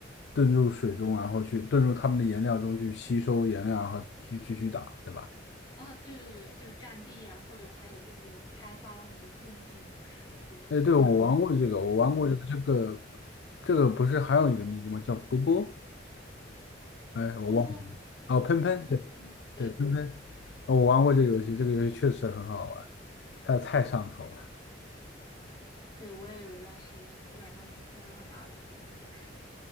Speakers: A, on the left (about 65°); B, on the left (about 25°).
A: 遁入水中，然后去遁入他们的颜料中去吸收颜料，然后继继续打，对吧？
B: 啊，对对对，就是战地啊，或者还有就是开发了很多竞技模式，比如说就是
A: 哎，对，我玩过这个，我玩过这个，
B: 对
A: 这个这个不是还有一个名字吗？叫波波？哎，我忘了。
B: 喷喷
A: 哦，喷喷，
B: 叫喷喷，
A: 对
B: 对
A: 对，喷喷，哦我玩过这个游戏，这个游戏确实很好玩，它太上头了，
B: 对，我也有一段时间基本上每天都要打两三个小时。